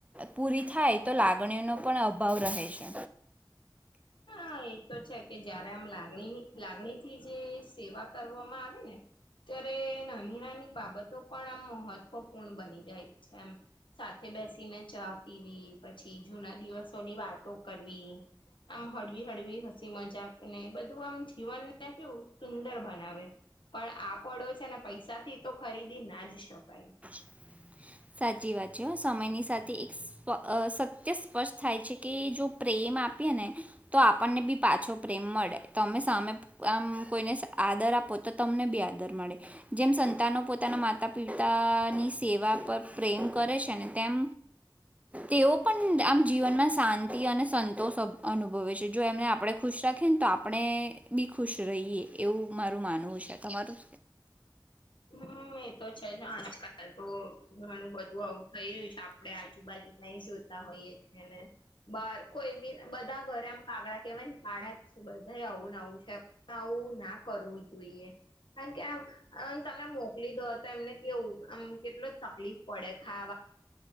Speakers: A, on the right; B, on the left.
A: પૂરી થાય તો લાગણીઓનો પણ અભાવ રહે છે.
B: હા, એતો છે કે, જયારે આમ લાગણી, લાગણીથી જે સેવા કરવામાં આવે ને ત્યારે નાની-નાની બાબતો પણ આમ મહત્વપૂર્ણ બની જાય છે, એમ સાથે બેસીને ચા પીવી, પછી જૂના દિવસોની વાતો કરવી આમ હળવી હળવી હસી-મજાક ને બધું આમ જીવનને કેવું સુંદર બનાવે. પણ આ પડો છે ને, પૈસાથી તો ખરીદી ના જ શકાય.
A: <unintelligible> સાચી વાત છે, સમયની સાથે એક સત્ય સ્પષ્ટ થાય છે કે, જો પ્રેમ આપ આપ ને તો આપણને બી પાછો પ્રેમ મળે, તમે સામે આમ કોઈને આદર આપ તો તમને બી આદર મળે, જેમ સંતાનો પોતાના માતા- પિતાની સેવા પર પ્રેમ કરે છે ને, તેમ તેઓ પણ આમ જીવનમાં શાંતિ અને સંતોષ અનુભવે છે, જો એમને આપણે ખુશ રાખીએ ને તો, આપણે બી ખુશ રહીએ, એવું મારું માનવું છે, તમારું.
B: હમ્મ, એતો છે. આજકાલ તો ઘણું બધું આવું થઇ રહ્યું છે આપડે આજુબાજુ ઈ જોતા હોઈએ ને બહાર, કોઈ બી બધા ઘરે આમ કાગડા કેવાય ને કાડા બધા આવું નાવું છે, આવું ના કરવું જોઈએ, કારણ કે આ તમે મોકલી દો તો એમને, કેવું આમ કેટલો તકલીફ પડે ખાવા